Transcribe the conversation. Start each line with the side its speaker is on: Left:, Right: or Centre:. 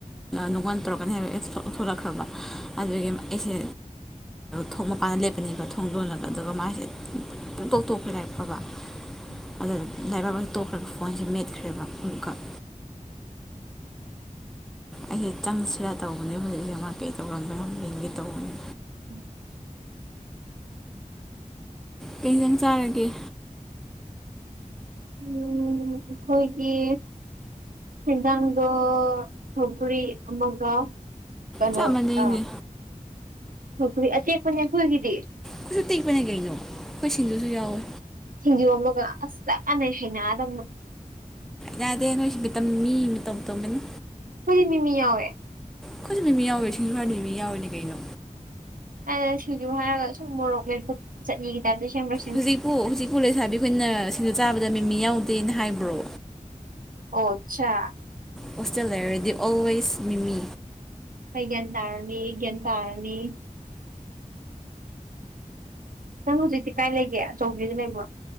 Centre: ꯅꯨꯡꯉꯣꯟꯜ ꯇꯧꯔꯛꯀꯅꯤ ꯍꯥꯏꯕ ꯊꯣꯛꯂꯛꯈ꯭ꯔꯕ ꯑꯗꯨꯗꯒꯤ ꯑꯩꯁꯦ ꯊꯣꯡ ꯃꯄꯥꯟꯗ ꯂꯦꯞꯄꯅꯤꯕ ꯊꯣꯡ ꯂꯣꯜꯂꯒ ꯑꯗꯨꯒ ꯃꯥꯁꯦꯣꯡ ꯇꯣꯛ ꯇꯣꯛꯄ ꯂꯥꯏꯔꯤꯛ ꯐꯕ
Right: ꯎꯝ
Centre: ꯑꯗꯨꯗ ꯂꯥꯏꯕꯛꯕ ꯇꯣꯛꯈ꯭ꯔꯒ ꯐꯣꯟꯁꯦ ꯃꯦꯠꯈ꯭ꯔꯦꯕ ꯑꯃꯛꯈꯛ ꯑꯩꯦ ꯆꯪꯁꯤꯔꯥ ꯇꯧꯕꯅꯦ ꯍꯧꯖꯤꯛ ꯃꯄꯦ ꯇꯧꯔꯝꯗ꯭ꯔꯥ ꯕꯦꯡꯒꯤ ꯇꯧꯕꯅꯦ
Right: ꯎꯝ
Centre: ꯀꯩꯖꯪ ꯆꯥꯔꯒꯦ
Right: ꯎꯝ ꯑꯩꯈꯣꯏꯒꯤ ꯁꯦꯟꯗꯥꯥꯡꯗ ꯁꯧꯒꯔꯤ ꯑꯃꯒ ꯀꯩꯅꯣ
Centre: ꯆꯞ ꯃꯥꯟꯅꯩꯅꯦ
Right: ꯑ <unintelligible>
Centre: ꯀꯈꯣꯏꯁꯨ ꯇꯦꯛꯄꯅꯦ ꯀꯩꯅꯣ ꯑꯩꯈꯣꯏ ꯁꯤꯡꯗꯨꯁꯨ ꯌꯥꯎꯋꯦ
Right: ꯍꯤꯖꯣ ꯑꯃꯒ ꯑꯁ ꯆꯛꯀꯥꯟꯅꯩ ꯍꯩꯅꯗꯕꯅ
Centre: ꯌꯥꯗꯦ ꯅꯣꯏ ꯁꯃꯤꯇꯝ ꯃꯤ ꯃꯇꯧ ꯇꯧꯃꯤꯅꯤ
Right: ꯑꯩꯈꯣꯏꯗꯤ ꯃꯤꯃꯤ ꯌꯥꯎꯋꯦ
Centre: ꯑꯩꯈꯣꯏꯁꯨ ꯃꯤꯃꯤ ꯌꯥꯎꯋꯦ ꯁꯤꯡꯖ ꯍꯠ ꯅꯨ ꯃꯤꯃꯤ ꯌꯥꯎꯋꯦꯅꯦ ꯀꯩꯅꯣ
Right: ꯑꯗꯨꯅ ꯁꯤꯁꯨ ꯍꯥꯏꯔꯒ ꯁꯨꯝ ꯃꯣꯔꯣꯛ ꯃꯦꯀ ꯆꯠꯅꯤꯒꯤ ꯇꯥꯏꯞꯇ ꯁꯦꯝ꯭ꯔ
Centre: ꯍꯧꯖꯤꯛꯄꯨ ꯍꯧꯖꯤꯛꯄꯨ ꯂꯩꯁꯥꯕꯤ ꯑꯩꯈꯣꯏꯅ ꯁꯤꯡꯗ ꯆꯥꯕꯗ ꯃꯤꯃꯤ ꯌꯥꯎꯗꯦꯅ ꯍꯥꯏꯕ꯭ꯔꯣ
Right: ꯑꯣꯛꯁ
Centre: ꯍꯣꯁꯇꯦꯜ ꯍꯥꯏꯔꯗꯤ ꯑꯣꯜꯋꯦꯁ ꯃꯤꯃꯤ
Right: ꯑꯩꯩ ꯒꯥꯟ ꯇꯥꯔꯅꯤ ꯒꯥꯟ ꯇꯥꯔꯅꯤ ꯅꯪ ꯍꯧꯖꯤꯛꯇꯤ ꯀꯥꯏ ꯂꯩꯒꯦ ꯑꯆꯧꯕꯤꯒ ꯂꯩꯕ꯭ꯔꯣ